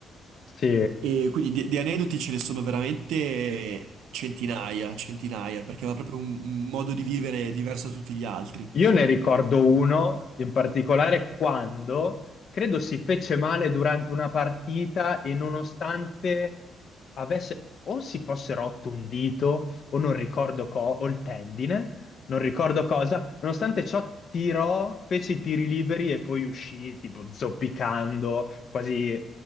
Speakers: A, on the left; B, on the right.
A: Sì,
B: E quindi di, di aneddoti ce ne sono veramente centinaia, centinaia, perché aveva proprio un, un modo di vivere diverso da tutti gli altri.
A: Io ne ricordo uno in particolare quando credo si fece male durante una partita e nonostante avesse o si fosse rotto un dito o non ricordo co o il tendine, non ricordo cosa, nonostante ciò tirò, fece i tiri liberi e poi uscì tipo zoppicando, quasi